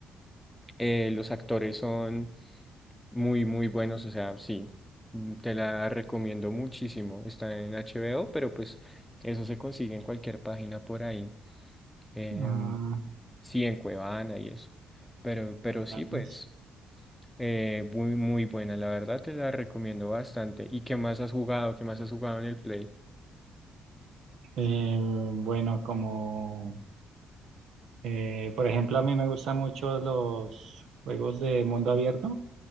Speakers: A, in the centre; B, on the right.
A: Eh, los actores son muy, muy buenos, o sea, sí, mm, te la recomiendo muchísimo. Está en HBO, pero pues eso se consigue en cualquier página por ahí. em,
B: ah,
A: sí, en Cuevana y eso. Pero, pero
B: mira,
A: sí, pues
B: pues.
A: eh, muy, muy buena, la verdad te la recomiendo bastante. ¿Y qué más has jugado? ¿Qué más has jugado en el Play?
B: Eh, bueno, como eh, por ejemplo a mí me gustan mucho los juegos de mundo abierto.